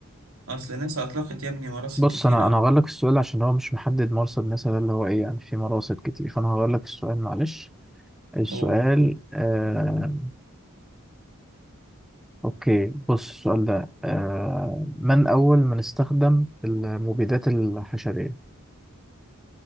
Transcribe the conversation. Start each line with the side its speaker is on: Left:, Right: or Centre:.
Right: أصل ناسا أطلقت يا ابني مراسل
Centre: بص
Right: كتير
Centre: انا
Right: أوي
Centre: انا هغير لك السؤال عشان هو مش محدد مرصد مثلا اللي هو ايه يعني في مراصد كتير فانا هغير لك السؤال معلش السؤال
Right: أوه.
Centre: آه اوكي بص السؤال ده آه من اول من استخدم المبيدات الحشرية